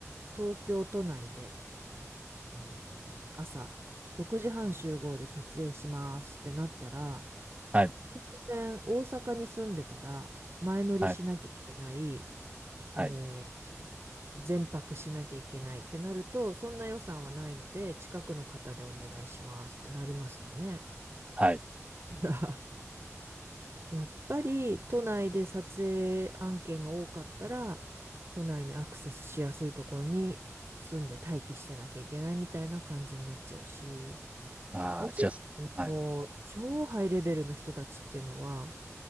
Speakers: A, on the right; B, on the right.
A: 東京都内で、えー朝6時半集合で撮影しますってなったら、
B: はい、
A: 当然大阪に住んでたら前乗りしなきゃいけない
B: はい、はい、
A: えー全泊しなきゃいけないってなると、そんな予算はないので、近くの方でお願いしますってなりますよね。
B: はい。
A: <laughs> だから <laughs> やっぱり都内で撮影案件が多かったら、都内にアクセスしやすいところに住んで待機してなきゃいけないみたいな感じになっちゃうし、
B: ああ、
A: もちろん、
B: じゃあ、はい、
A: もう超ハイレベルの人たちっていうのは、